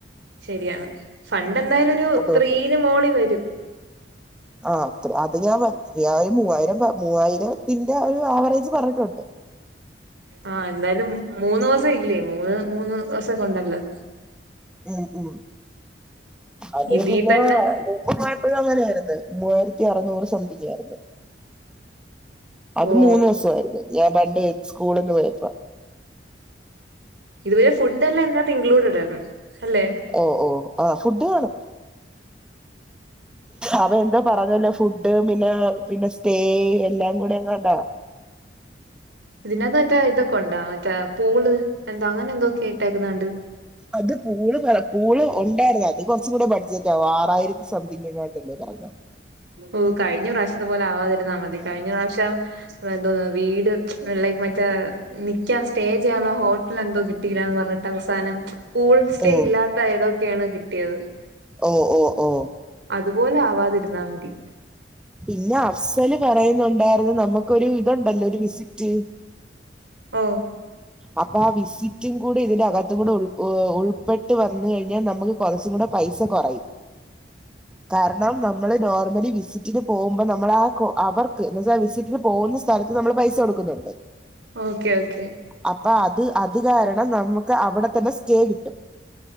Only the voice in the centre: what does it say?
അതുകൊണ്ട്
ആ അത്ര അത് ഞാൻ അത്രയ മൂവായിരം മൂവായിരത്തിന്റെ ഒരു ആവറേജ് പറഞ്ഞിട്ടുണ്ട്.
ഉം ഉ അത്
പിന്നെ.
പോയപ്പോഴും അങ്ങനെയായിരുന്നു. മൂവായിരത്തി അറുനൂറ് സംതിങ്ങ് ആയിരുന്നു. അത്
മൂന്നൂ സായിരുന്നു. ഞാൻ പണ്ട് സ്കൂളിൽ നിന്ന് പോയപ്പോ.
ഓ ഓ ആഹ് ഫുഡ് കാണും. അവ എന്താ പറഞ്ഞല്ലോ ഫുഡ് പിന്നെ പിന്നെ സ്റ്റേ എല്ലാം കൂടി അങ്ങണ്ടാ
അത് പൂള് പൂള് ഉണ്ടായിരുന്നു. അത് കുറച്ച് കൂടെബ ടജറ്റാവും ആറായിരത്തി സംതിങ് എങ്ങാണ്ടന്നെ പറഞ്ഞോ.
ഓ
ഓ ഓ ഓ
പിന്നെ അഫ്സല് പറയുന്നുണ്ടായിരുന്നു നമുക്കൊരു ഇതുണ്ടല്ലോ ഒരു വിസിറ്റ്
അപ്പൊ ആ വിസിറ്റും കൂടി ഇതിന്റെ അകത്തും കൂടെ ഉൾപ്പെട്ട് വന്നു കഴിഞ്ഞാൽ നമുക്ക് കൊറച്ചും കൂടെ പൈസ കൊറയും കാരണം നമ്മള് നോർമലി വിസിറ്റിന് പോവുമ്പോ നമ്മൾ ആ അവർക്ക് എന്നാച്ചാ സിറ്റിന് പോകുന്ന സ്ഥലത്ത് നമ്മൾ പൈസ കൊടുക്കുന്നുണ്ട്
അപ്പൊ അത് അത് കാരണം നമുക്ക് അവിടെ തന്നെ സ്റ്റേ കിട്ടും